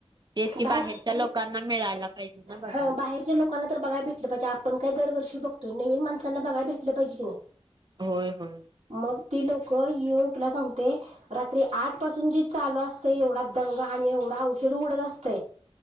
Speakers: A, on the right; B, on the right.
A: तेच की
B: बाहेर
A: बाहेरच्या लोकांना मिळायला पाहिजे ना बघायला.
B: हा बाहेरच्या लोकांना तर बघाय भट पाहिजे आपण काही दरवर्ी बघतो नवीन माणसांना बघाय भेटलं पाजे की नाही.
A: हो हो.
B: मग ती लोक येऊन तुला सांगते. रात्री आठ पासून जी चालू असते एवढा दंग आणि एवढा औषध उडत असत.